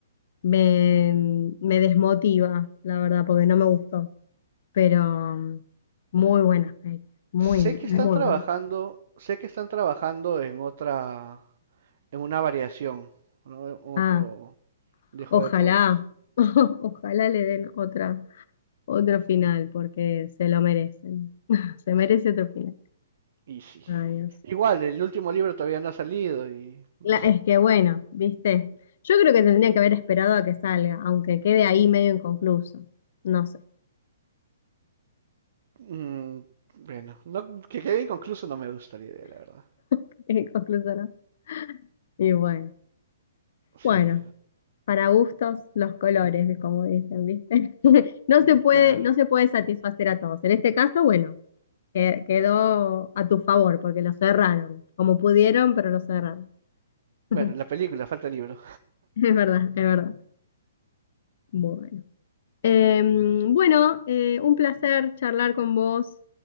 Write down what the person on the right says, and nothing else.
Sé que
están trabajando,
sé que están trabajando en otra, en una variación, ¿no? En Otro
de Juego
de Tronos.
Y sí.
Igual, el último libro todavía no ha salido y no
sé.
Mm, bueno, no, que quede inconcluso no me gusta la idea, la verdad.
Sí,
mm,
claro.
Bueno,
la película, falta el libro.